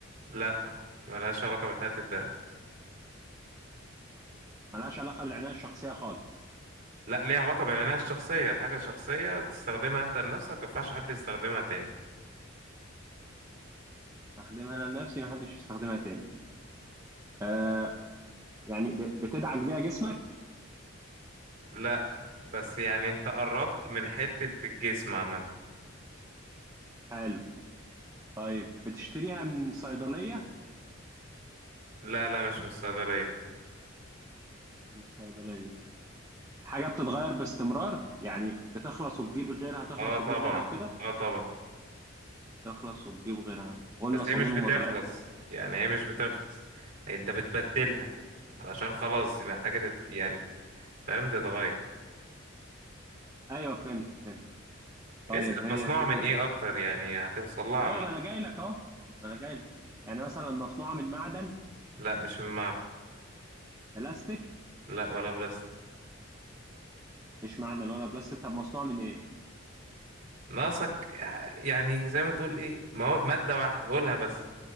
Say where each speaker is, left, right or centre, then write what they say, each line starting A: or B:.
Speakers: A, on the right; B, on the right.
A: لا ملهاش علاقة بحياة الدم
B: ملهاش علاقة بالعناية الشخصية خالص
A: لا ليها علاقة بالعناية الشخصية حاجة شخصية تستخدمها أنت لنفسك مينفعش حد يستخدمها تاني
B: استخدمها انا لنفسي محدش يستخدمها تاني آه يعني ب- بتدعك بيها جسمك
A: لا بس يعني أنت قربت من حتة الجسم عامة
B: حلو طيب بتشتريها من صيدلية
A: لا لا مش من الصيدلية
B: مش من صيدلية حاجة بتتغير باستمرار يعني بتخلص وبتجيب غيرها تخلص
A: اه طبعا
B: وتجيب غيرها وكده
A: اه طبعا
B: تخلص وتجيب غيرها قلنا
A: بس
B: صابون
A: هي مش بتخلص
B: وما طلعت
A: يعني هي مش بتخلص انت بتبدلها علشان خلاص محتاجة تت... يعني فاهم تتغير
B: ايوه فهمت فهمت
A: اسأل
B: طيب هي
A: مصنوعة
B: كده
A: من ايه اكتر يعني هتوصل لها عم.
B: ايوه ما انا جاي لك اهو ما انا جاي لك يعني مثلا مصنوعة من معدن
A: لا مش من معدن
B: بلاستيك
A: لا ولا بلاستيك
B: مش معدن ولا بلاستيك طب مصنوعة من ايه
A: ناقصك يعني زي ما تقول ايه مو- مادة واحدة قولها بس